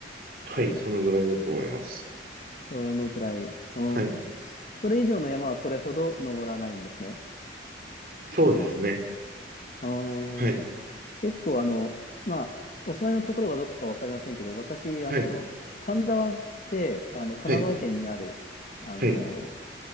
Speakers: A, on the right; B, on the left.
A: はい。そのぐらいだと思います。
B: そのぐらい。うん、
A: はい。
B: それ以上の山はそれほど登らないんですね。
A: そうですね。
B: うん、
A: はい。
B: 結構、あの、まあ、お住まいのところがどこかわかりませんけど、私、あの、
A: はい。
B: 丹沢って、あの、神奈川県にある、
A: はい。
B: あの、
A: はい。